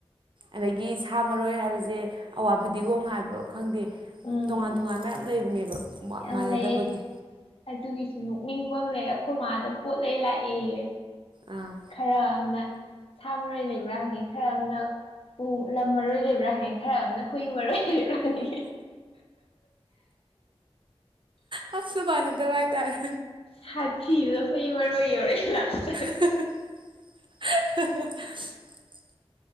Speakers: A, on the right (about 50°); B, on the left (about 65°).
A: ꯑꯗꯒꯤ ꯁꯥ ꯃꯔꯣꯏ ꯍꯥꯏꯕꯖꯦ ꯑꯋꯥ ꯐꯗꯤꯒꯣꯝ ꯍꯥꯏꯕ ꯈꯪꯗꯦ
B: ꯎꯝ
A: ꯇꯣꯉꯥꯟ
B: ꯎꯝ
A: ꯇꯣꯉꯥꯟꯕ ꯃꯌꯥꯝꯌꯥꯝ ꯂꯩꯕꯅꯦꯕ
B: ꯌꯥꯝ
A: ꯃꯥꯟꯅꯗꯕꯒꯤ
B: ꯂꯩꯌꯦ ꯑꯗꯨꯒꯤꯁꯨ ꯅꯣꯛꯅꯤꯡꯕ ꯑꯃ ꯂꯩ ꯑꯩꯈꯣꯏ ꯃꯥꯗ ꯄꯣꯠꯂ ꯂꯥꯛꯑꯦꯌꯦ
A: ꯑꯥ
B: ꯈꯔ ꯑꯃꯅ ꯁꯥ ꯃꯔꯣꯏ ꯂꯩꯕ꯭ꯔꯥ ꯍꯪꯉꯤ ꯈꯔ ꯑꯃꯅ ꯑꯨ ꯂꯝ ꯃꯔꯣꯏ ꯂꯩꯕ꯭ꯔꯥ ꯍꯪꯉꯤ ꯈꯔ ꯑꯃꯅ ꯍꯨꯏ ꯃꯔꯣꯏ ꯂꯩꯕ꯭ꯔꯥ ꯍꯪꯉꯤ
A: ꯍꯥꯞꯁꯨ ꯐꯅꯠꯇꯕꯥꯥꯏ ꯇꯔꯦ
B: ꯁꯥꯊꯤꯕꯗ ꯍꯨꯏ ꯃꯔꯣꯏ ꯌꯧꯔꯛꯑꯦ ꯂꯥꯁꯇ
A: <unintelligible>